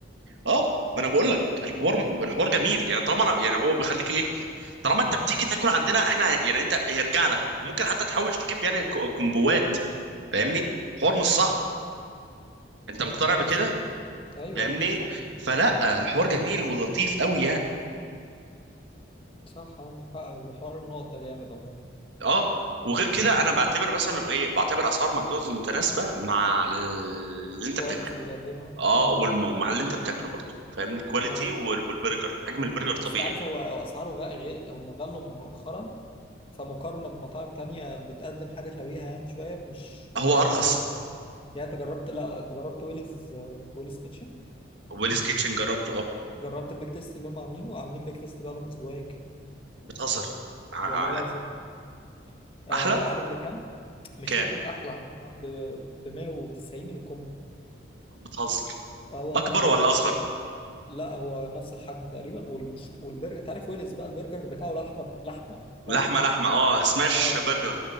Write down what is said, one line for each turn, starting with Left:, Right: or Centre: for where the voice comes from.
Right: اه ما انا بقول لك الحوار الحوار جميل يعني طالما انا يعني هو بيخليك ايه طالما انت بتيجي تاكل عندنا احنا يعني انت هيرجع لك ممكن حتى تحوش تجيب يعني ك- كومبوات فاهمني حوار مش صعب انت مقتنع
Left: اه
Right: بكده
Left: صح ايوه
Right: فاهمني
Left: ايوه صح
Right: فلا الحوار جميل ولطيف قوي يعني
Left: صح عندك حق الحوار النقط ده جامد عموما
Right: اه وغير
Left: امم
Right: كده انا بعتبر مثلا ايه بعتبر اسعار ماكدونالدز متناسبه مع اللي انت
Left: كواليتي
Right: بتاكله
Left: اللي بيقدمها
Right: اه
Left: امم
Right: والم- ومع اللي انت بتاكله برضه فاهم الكواليتي
Left: اه
Right: وال- والبرجر حجم البرجر طبيعي
Left: بس تعرف هو هو اسعاره غ... غير هم غلوا مؤخرا فمقارنة بمطاعم تانية بتقدم حاجة شبيهة يعني شوية مش
Right: هو
Left: بقت
Right: ارخص
Left: غالية شوية يعني انت جربت لا لا انت جربت ويلز آه، ويلز كيتشن
Right: ويلز كيتشن جربته اه
Left: جربت البيك تيست اللي هم عاملينه عاملين بيك تيست بقالهم اسبوعين كده
Right: بتهزر ع-
Left: والله العظيم
Right: ع-
Left: آه
Right: احلى
Left: عارف بكام مش
Right: كام
Left: فكرة احلى ب 190 الكم
Right: بتهزر
Left: اه والله
Right: اكبر
Left: والبرجر
Right: ولا اصغر
Left: لا هو نفس الحجم تقريبا والمش... والبرجر انت عارف ويلز بقى البرجر بتاعه لحمة لحمة يعني،
Right: لحمه
Left: فاهم
Right: لحمه اه سماش
Left: اه
Right: برجر